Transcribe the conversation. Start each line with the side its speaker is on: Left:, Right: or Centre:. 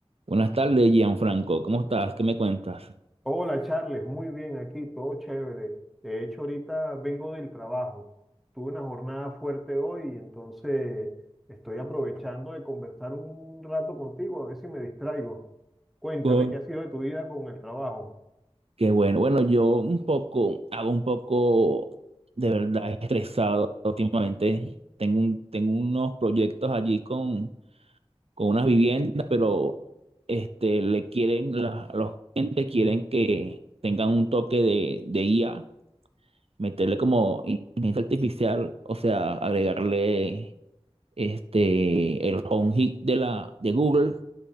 Right: Buenas tardes, Gianfranco. ¿Cómo estás? ¿Qué me cuentas?
Centre: Hola Charles, muy bien aquí, todo chévere. De hecho, ahorita vengo del trabajo. Tuve una jornada fuerte hoy, entonces estoy aprovechando de conversar un rato contigo, a ver si me distraigo. Cuéntame,
Right: Con-
Centre: ¿qué ha sido de tu vida con el trabajo?
Right: Qué bueno. Bueno, yo un poco, hago un poco de verdad estresado últimamente. Tengo un- tengo unos proyectos allí con, con unas viviendas, pero este, le quieren, la- los clientes quieren que tengan un toque de, de IA, meterle como inteligencia artificial, o sea, agregarle este, el home hit de la, de Google